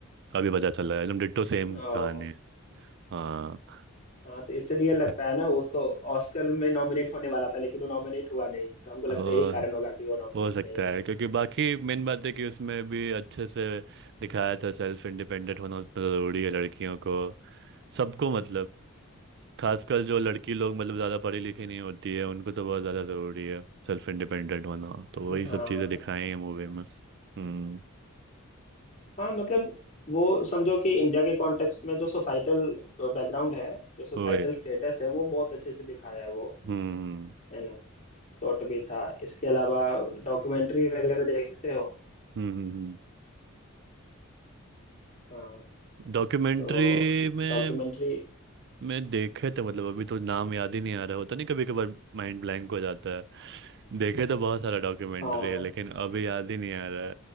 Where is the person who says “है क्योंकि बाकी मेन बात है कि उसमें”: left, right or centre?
Right